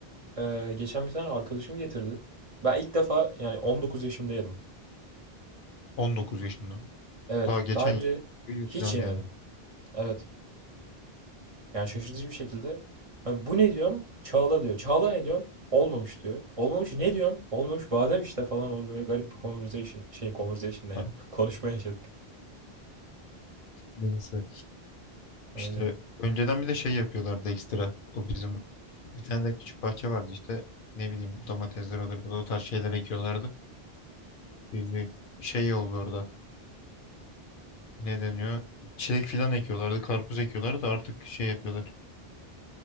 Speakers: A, on the right; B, on the left.
A: e, geçen bir tane arkadaşım getirdi. Ben ilk defa yani 19 yaşımda yedim.
B: on dokuz yaşında.
A: Evet.
B: Daha geçen
A: Daha önce
B: yıl
A: hiç
B: falan
A: yemedim.
B: yani.
A: Evet. Yani şaşırtıcı bir şekilde. Hani bu ne diyorum? Çağla diyor. Çağla ne diyorum? Olmamış diyor. Olmamış ne diyorum? Olmamış badem işte falan oldu. Böyle garip bir conversation şey conversation ne ya?
B: Oha.
A: <laughs> Konuşma yaşadık.
B: Neyse.
A: Öyle.
B: İşte önceden bir de şey yapıyorlardı ekstra. O bizim bir tane de küçük bahçe vardı işte. Ne bileyim domatesler olur bu da o tarz şeyler ekiyorlardı. Bir şey oldu orada. Ne deniyor? Çilek filan ekiyorlardı. Karpuz ekiyorlardı da artık şey yapıyorlar.